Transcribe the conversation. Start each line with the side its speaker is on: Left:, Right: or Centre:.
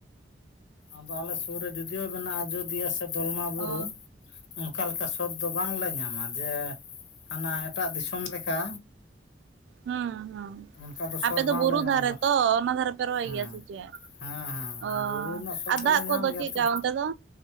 Left: ᱟᱫᱚ ᱟᱞᱮ ᱥᱩᱨ ᱨᱮ ᱡᱳᱫᱤᱭᱳ ᱢᱮᱱᱟᱜᱼᱟ ᱟᱡᱳᱚᱫᱤᱭᱟᱹ ᱥᱮ ᱫᱚᱞᱢᱟ ᱵᱩᱨᱩ
Right: ᱚ
Left: ᱚᱱᱠᱟ ᱞᱮᱠᱟ ᱥᱚᱛ ᱫᱚ ᱵᱟᱝ ᱞᱮ ᱧᱟᱢᱟ ᱡᱮ ᱦᱟᱱᱟ ᱮᱴᱟᱜ ᱫᱤᱥᱚᱢ ᱞᱮᱠᱟ
Right: ᱦᱮᱸ ᱦᱮᱸ
Left: ᱚᱱᱠᱟ ᱥᱚᱛ
Right: ᱟᱯᱮ
Left: ᱵᱟᱝᱞᱮ
Right: ᱫᱚ ᱵᱩᱨᱩ
Left: ᱧᱟᱢᱟ
Right: ᱫᱷᱟᱨᱮ ᱛᱚ ᱚᱱᱟ ᱫᱷᱟᱨᱮ ᱯᱮ ᱨᱚᱦᱚᱭ
Left: ᱦᱮᱸ
Right: ᱜᱮᱭᱟ ᱥᱮ ᱪᱮᱫ?
Left: ᱦᱮᱸ
Right: ᱚ
Left: ᱦᱮᱸ ᱵᱩᱨᱩ ᱨᱮᱱᱟᱜ ᱥᱚᱛ
Right: ᱟᱨ
Left: ᱫᱚᱞᱮ
Right: ᱫᱟᱜ
Left: ᱧᱟᱢ
Right: ᱠᱚᱫᱚ
Left: ᱜᱮᱭᱟ
Right: ᱪᱮᱫ
Left: ᱛᱚ
Right: ᱠᱟ ᱚᱱᱛᱮ ᱫᱚ